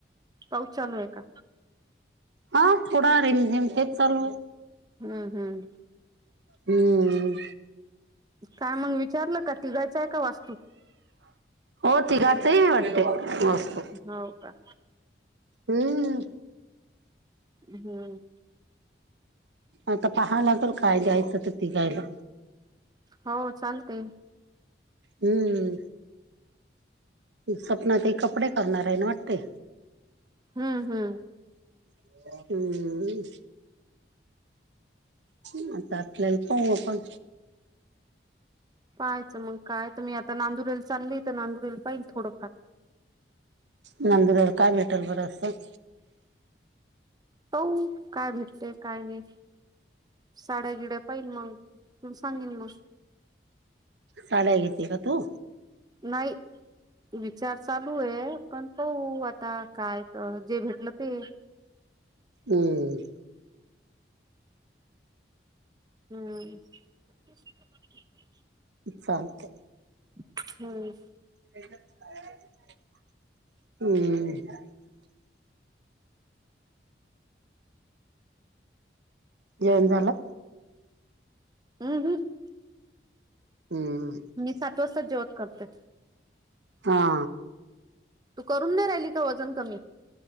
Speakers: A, on the right; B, on the right.
A: पाऊस चालू आहे का
B: हा थोडा रिमझेम तेच चालू आहे
A: हम्म हम्म
B: हम्म
A: काय मग विचारलं का तिघायचंय का वास्तू
B: हो तिघाच वाटते मस्त
A: हो का
B: हम्म
A: हम्म
B: आता पाहावं लागेल काय दयचं तर तिघायला
A: हो चालते
B: हम्म सपना ते कपडे करणार आहे ना वाटते
A: हम्- हम्.
B: <unintelligible> हम. <inaudible> आता आपल्याला, पाहू आपण.
A: पाहायचं मग, काय तर मी आता नांदुरेल चालली तर, नांदुरेल पाहिल थोडंफार.
B: नांदुरला काय भेटेल बरं? अस.
A: पाहू, काय भेटतेय, काय नाही? साड्या - गिड्या पाहिल मग. त <unintelligible> सांगेन मग.
B: साड्या घेती का तू?
A: नाही. विचार चालूय, पण. पाहू, आता काय जे, भेटलं ते.
B: हम्म.
A: हम्म. <unintelligible>
B: चालतंय.
A: <unintelligible> हम्म.
B: <unintelligible> हम्. <unintelligible> जेवण झालं.
A: <unintelligible>
B: हम्म
A: मी सात वाजता जेवत करते.
B: हा.
A: तू करून नाही राहिली का? वजन कमी.